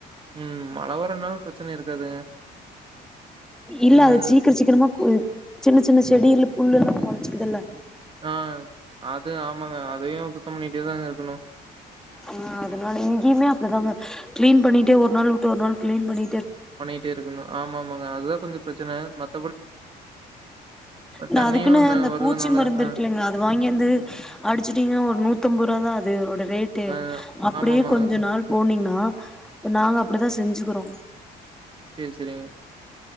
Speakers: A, on the right; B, in the centre.
A: ம் மழை வரனால பிரச்சனை இருக்காதுங்க
B: இல்ல
A: ம்.
B: அது சீக்கிரம் சீக்கிரமா புல் சின்ன சின்ன செடியில புல் எல்லா மொள ச்சிடுதல்ல
A: ஆ அது ஆமாங்க அதையு சு த்தம் பண்ணிகிட்டேதாங்க இருக்கணு
B: ஆ அதனால இங்கேயுமே அப்படிதாங்க கிளீன் பண்ணிட்டு ஒரு நாள் வுட்டு ஒரு நாள் கிளீன் பண்ணி
A: பண்ணிகிட்டே இருக்கணு ஆமாமா அ அதா கொஞ்சோ பிரச்சன அ மத்
B: நா
A: தண்ணியும்
B: அதுக்குனு
A: ந
B: இந்த
A: வருதுனால
B: பூச்சி மருந்து இருக்குள்ளங்க
A: அ,
B: அத வாங்கியந்து அடிச்சிடிங்கனி ஒரு நூத்தம்ப ரூவா தா அது இது உடு ரேட்டு
A: அ
B: அப்டியே
A: ஆமாமாங்க.
B: கொஞ்ச நாள் போனீங்கனா ஆஹ் இப்ப நாங்க அப்டிதா செஞ்சுக்குறோ
A: சேரி சரிங்க